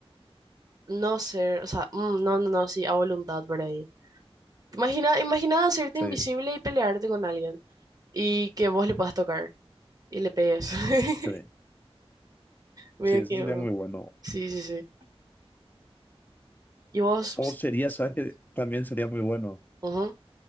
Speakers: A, on the right (about 40°); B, on the left (about 20°).
A: no ser, o sea, mm, no, no, no, sí, a voluntad por ahí. Imagina, imagina hacerte
B: Sí,
A: invisible y pelearte con alguien y que vos le puedas tocar y le pegues. <laughs>
B: sí,
A: Mira
B: sí, eso
A: que,
B: sería muy bueno.
A: sí, sí, sí. Y vos,
B: O
A: sí,
B: sería,
A: sí.
B: ¿sabes qué? También sería muy bueno.
A: Ujú.